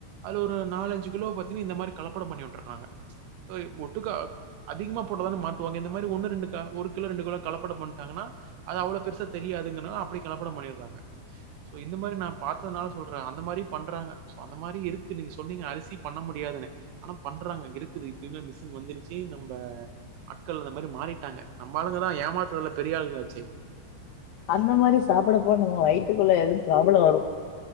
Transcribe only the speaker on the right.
அதுல ஒரு நாலஞ்சு கிலோ பாத்தீங்ன்னா இந்த மாரி கலப்படம் பண்ணிவுட்டறாங்க. அய் ஒட்டுக்கா அதிகமா போட்டதானே மாட்டுவாங்க இந்த மாரி ஒன்னு ரெண்டு க ஒரு கிலோ ரெண்டு கிலோ கலப்படம் பண்ட்டாங்கனா அது அவ்ளோ பெருசா தெரியாதுங்கறனால அப்டி கலப்படம் பண்ணியடுறாங்க. சோ இந்த மாரி நா பாத்ததுனால சொல்றே அந்த மாரி பண்றாங்க சோ அந்த மாரி இருக்கு நீங்க சொன்னீங்க அரிசி பண்ண முடியா ஆனா பண்றாங்க இருக்குது இப்பவுமே மிஷின் வந்துருச்சு நம்ம ஆட்கள் அந்த மாரி மாறிட்டாங்க நம்ம ஆளுங்கதா ஏமாத்துறதுல பெரிய ஆளுங்காலாச்சே